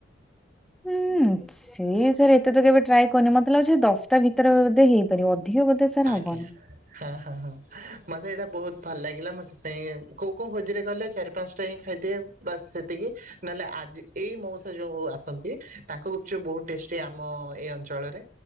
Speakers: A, in the centre; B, on the right (about 45°).
A: ହୁଁ ସିଏ ସାର୍ ଏତେ ତ କେବେ ଟ୍ରାଏ କରନି ମତେ ଲାଗୁଛି ଦଶଟା ଭିତରେ ବୋଧେ ହେଇ ପାରିବ ଅଧିକ ବୋଧେ ସାର
B: ଆଜ୍ଞା
A: ହବନି।
B: ହଁ ହଁ ହଁ ମତେ ଏଇଟା ବହୁତ୍ ଭଲ ଲାଗିଲା ମୁଁ ସେଥିପାଇଁ କୋଉ କୋଉ ଭୋଜିରେ ଗଲେ ଚାରି ପାଂଟା ହିଁ ଖାଇଦିଏ ବାସ୍ ସେତିକି ନହେଲେ ଆଜି ଏଇ ମଉସା ଯୋଉ ଆସନ୍ତି ତାଙ୍କ ଗୁପ୍ ଚୁପ୍ ବହୁତ ଟେଷ୍ଟି ଆମ ଏ ଅଞ୍ଚଳରେ